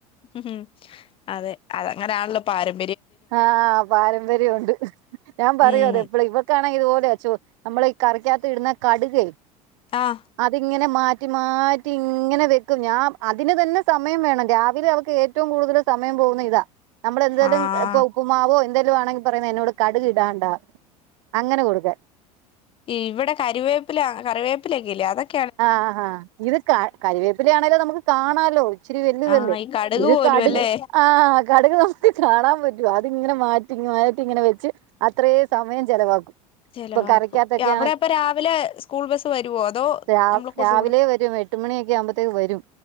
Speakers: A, on the left; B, on the right.
A: ഉം അതെ അതങ്ങനാണല്ലോ പാരമ്
B: ആ പാരമ്പര്യോണ്ട്. ഞാൻ പറയുവത്
A: ഉം
B: എപ്പളെ ഇവക്കാണെങ്കി ഇത്പോലെയാച്ചോ നമ്മളീ കറിക്കാത്തിടുന്ന കടുകേ
A: ആഹ്
B: അതിങ്ങനെ മാറ്റി മാറ്റി ഇങ്ങനെ വെക്കും, ഞാൻ, അതിന് തന്നെ സമയം വേണം രാവിലെ അവക്ക് ഏറ്റവും കൂടുതല് സമ സമയം പോന്ന ഇതാ നമ്മൾ എന്തേ
A: ആഹ്
B: ഇപ്പ ഉപ്പ്മാവോ എന്തെലുവാണെങ്കി പറയുന്ന എന്നോട് കടുകിടാണ്ടാ അങ്ങനെ കൊടുക്കാൻ.
A: ഇവിടെ കരിവേപ്പില കറിവേപ്പിലൊക്കെ ഇല്ലേ അതൊക്കെ
B: ആ ആ ഇത് കരിവേപ്പില ആണേലും നമുക്ക് കാണാലോ ഇച്ചിരി വെല്ലുതല്ലേ,
A: ആഹ് ഈ കടുക്
B: ഇത്
A: പോലും
B: കടുക്,
A: അല്ലേ
B: ആ കടുക് നമുക്ക് കാണാൻ പറ്റ്വോ അതിങ്ങനെ മാറ്റ റ്റിങ്ങുമാറ്റിങ്ങനെ വെച്ച് അത്രേം സമയം ചെലവാക്കും.
A: ചെലവാക്കും,
B: ഇപ്പൊ കറിക്കാത്തൊക്കെ
A: അവിടെ അപ്പ രാവിലെ സ്കൂൾ ബസ്സ് വരുവോ അതോ?
B: ര
A: നമ്മള് കൊണ്ട്
B: രാവിലെ
A: വിട
B: വരും എട്ട്മണിയൊക്കെ ആകുമ്പത്തേക്ക് വരും.